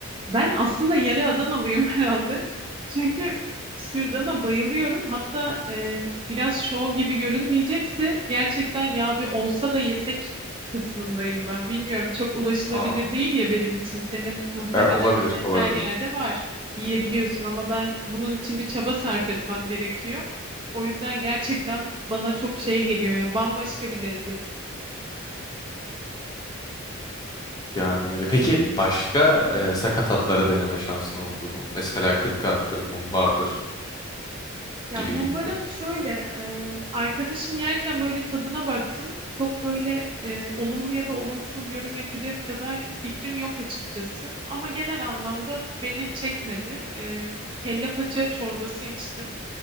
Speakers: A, on the right; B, on the left.
A: Ben aslında yarı Adanalıyım <laughs> herhalde. Çünkü sürdana bayılıyorum. Hatta e, biraz şov gibi görünmeyecekse gerçekten ya bir olsa da yesek kısmındayım ben. Bilmiyorum çok ulaşılabilir
B: Aa,
A: değil ya benim için. Senin muhtemelen
B: e, olabilir,
A: hani
B: olabilir.
A: her yerde var. Yiyebiliyorsun ama ben bunun için bir çaba sarf etmem gerekiyor. O yüzden gerçekten bana çok şey geliyor ya bambaşka bir lezzet.
B: Yani öyle. Peki başka e, sakat atları deneme şansın oldu mu? Mesela kırk attır, mumbardır
A: Ya
B: gibi
A: mumbarın
B: gibi.
A: şöyle e, arkadaşım yerken böyle tadına baktım. Çok böyle e, olumlu ya da olumsuz yorum yapacak kadar fikrim yok açıkçası. Ama genel anlamda beni çekmedi. E, kelle paça çorbası içtim.